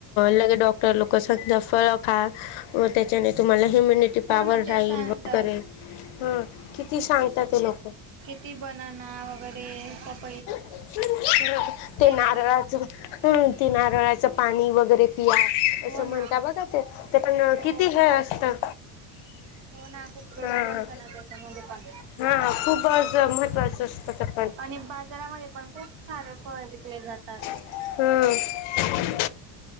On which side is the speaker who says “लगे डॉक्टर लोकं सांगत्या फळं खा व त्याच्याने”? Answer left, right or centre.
Left